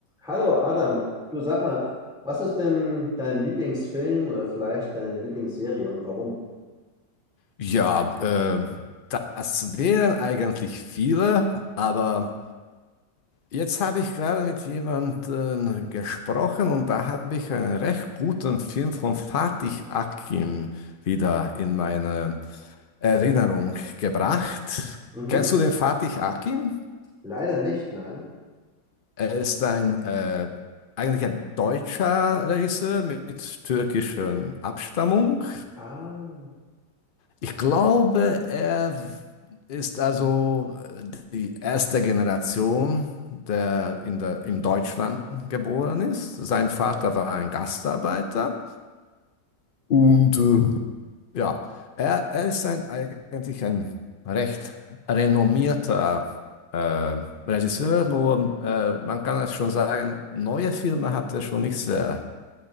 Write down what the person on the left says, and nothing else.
Ja, äh, das wären eigentlich viele, aber jetzt habe ich gerade mit jemandem gesprochen und da habe ich einen recht guten Film von Fatih Akin wieder in meine Erinnerung gebracht.
Kennst du den Fatih Akin?
Er ist ein äh, eigentlich ein deutscher Regisseur mit türkischer Abstammung.
Ich glaube, er ist also äh, die erste Generation, der in der, in Deutschland geboren ist. Sein Vater war ein Gastarbeiter und äh, ja, er, er ist ein, eigentlich ein recht renommierter äh, Regisseur, nur
äh, man kann es schon sagen, neue Filme hat er schon nicht sehr